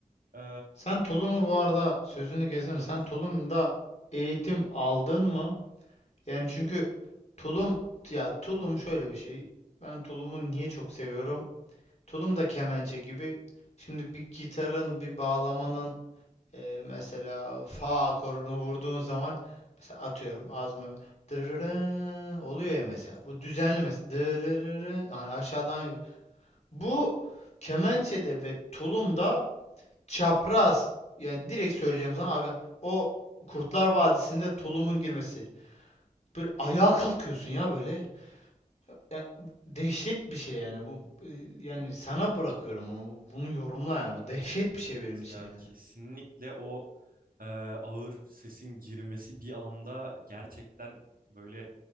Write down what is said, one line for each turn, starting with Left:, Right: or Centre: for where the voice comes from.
Right: e,
Left: Sen Tulum'u bu arada sözünü kestim.
Right: tabii
Left: Sen
Right: sıkıntı
Left: Tulum'da
Right: yok.
Left: eğitim aldın mı? Yani çünkü Tulum ya Tulum şöyle bir şey. Ben Tulum'u niye çok seviyorum? Tulum da kemençe gibi. Şimdi bir gitarın, bir bağlamanın e, mesela fa akorunu vurduğun zaman mesela atıyorum az mı dırırı oluyor ya mesela. Bu düzenli mesela dırırı yani aşağıdan yukarı. Bu kemençede ve tulumda çapraz yani direkt söyleyeceğim sana o Kurtlar Vadisi'nde tulumun girmesi. Böyle ayağa kalkıyorsun ya böyle. Ya, dehşet bir şey yani bu e, yani sana bırakıyorum onu. Bu- Bunu yorumla yani.
Right: Evet,
Left: Bu dehşet bir
Right: evet
Left: şey benim için
Right: ya
Left: yani.
Right: kesinlikle o e, ağır sesin girmesi bir anda gerçekten böyle